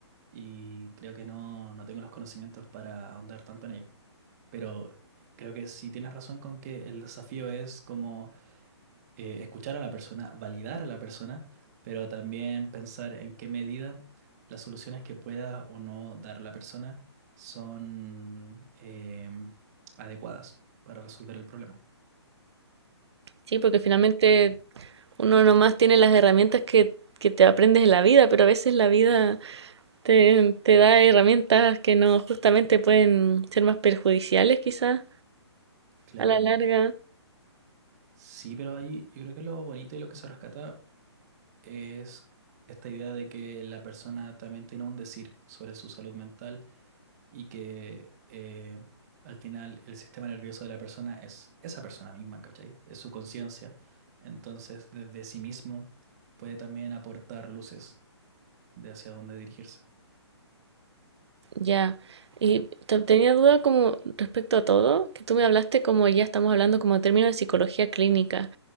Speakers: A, on the right; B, on the right.
A: y creo que no, no tengo los conocimientos para ahondar tanto en ello. Pero eh, creo que sí tienes razón con que el desafío es como eh, escuchar a la persona, validar a la persona, pero también pensar en qué medida las soluciones que pueda o no dar la persona son em, adecuadas para resolver el problema.
B: Sí, porque finalmente uno nomás tiene las herramientas que, que te aprendes en la vida, pero a veces la vida te, te da herramientas que no justamente pueden ser más perjudiciales quizás.
A: Claro.
B: A la larga,
A: Sí, pero ahí yo creo que lo bonito y lo que se rescata es esta idea de que la persona también tiene un decir sobre su salud mental y que eh, al final el sistema nervioso de la persona es esa persona misma, ¿cachai? Es su conciencia. Entonces, desde sí mismo puede también aportar luces de hacia dónde dirigirse.
B: ya. Y te- tenía duda como respecto a todo, que tú me hablaste como ya estamos hablando como en términos de psicología clínica,